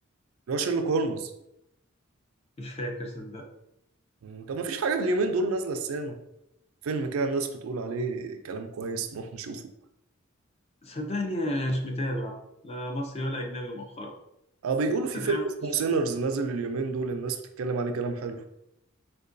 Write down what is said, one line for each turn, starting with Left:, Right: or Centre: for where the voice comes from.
Right: اللي هو شيرلوك هولمز
Left: مش فاكر صدق
Right: مم، طب ما فيش حاجة في اليومين دول نازلة السينما فيلم كده الناس بتقول عليه كلام كويس نروح نشوفه
Left: صدقني مش متابع لا مصري ولا اجنبي مؤخرا
Right: اه بيقولوا
Left: صدقني
Right: في فيلم
Left: ما كنتش
Right: اسمه سينرز نازل اليومين دول الناس بتتكلم عليه كلام حلو